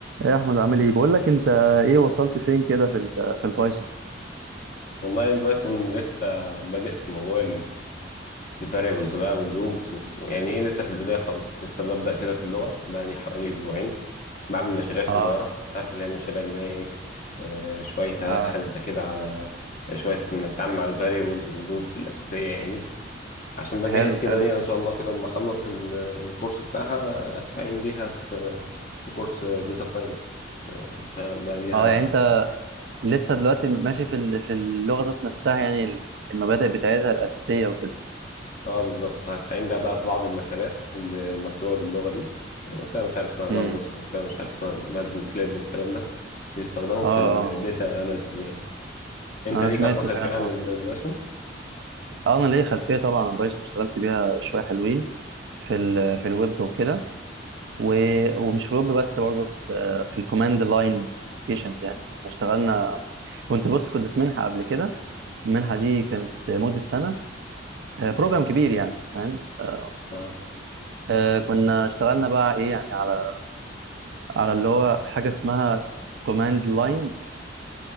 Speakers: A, on the right; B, on the left.
A: ايه يا احمد عامل ايه بقول لك انت ايه وصلت فين كده في ال في البايثون
B: والله البايثون لسه بادئ في موضوع الفاريبلز بقى واللوبس ويعني ايه لسه في البداية خالص لسه ببدأ كده في اللغة بقالي حوالي أسبوعين بعمل مشاريع صغيرة
A: اه
B: عارف اللي هي المشاريع اللي هي ايه آه، شوية آلات
A: اه
B: حاسبة كده على شوية نتعامل مع الفاريبلز واللوبس الأساسية يعني عشان بجهز
A: حلو
B: كده
A: حلو
B: ليها إن شاء الله كده لما أخلص ال- الكورس بتاعها أستعين بيها في في كورس داتا ساينس شغال بقى بيها
A: اه يعني انت لسه دلوقتي ماشي في ال- في اللغه ذات نفسها يعني المبادئ بتاعتها الاساسيه وكده
B: اه بالظبط هستعين بيها بقى في بعض المكتبات اللي مكتوبه باللغه دي مكتبه مش عارف اسمها باندس
A: امم
B: مكتبه مش عارف اسمها مات بالكليب والكلام ده بيستخدموا
A: اه
B: في الداتا
A: اه
B: اناليسيز يعني انت
A: انا
B: ليك
A: سمعت
B: اصلا خلفيه
A: فعلا
B: عن
A: اه
B: ال- البايثون
A: اه انا ليا خلفيه طبعا عن بايثون اشتغلت بيها شويه حلوين في ال في الويب وكده و- ومش في الويب بس برضه في في الكوماند لاين ابلكيشنز يعني كنا اشتغلنا كنت بص كنت في منحه قبل كده المنحه دي كانت مده سنه آه، بروجرام كبير يعني فاهم آه،
B: اه
A: آه، كنا اشتغلنا بقى ايه يعني على على اللي هو حاجه اسمها كوماند لاين